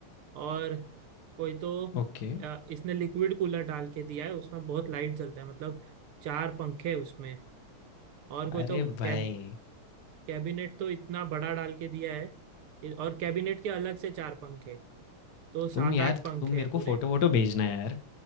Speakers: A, on the right; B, on the left.
A: और कोई तो
B: ओके
A: अ, इसने लिक्विड कूलर डाल के दिया है उसमें बहुत लाइट जलता है मतलब चार पंखे हैं उसमें और कोई
B: अरे
A: तो कैब
B: भाई
A: कैबिनेट तो इतना बड़ा डाल के दिया है ये- और कैबिनेट के अलग से चार पंखे तो सात
B: तुम यार
A: आठ पंखे
B: तुम
A: हैं
B: मेरे को
A: पूरे
B: फोटो वोटो भेजना यार